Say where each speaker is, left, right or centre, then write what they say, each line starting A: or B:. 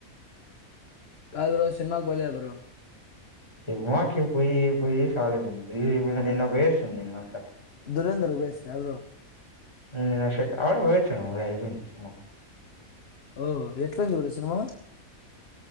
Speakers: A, on the left; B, on the left.
A: కాదు ఈరోజు సినిమాకి పో లేద బ్రో
B: సిమాకి పోయి పోయి సాలయిపోయింది నిన్న వయస్తను నన్నను అంతా
A: దురందర్కి పోయిస్త్ర బ్రో
B: <unintelligible>
A: ఓ ఎట్లుంది బ్రో సినిమా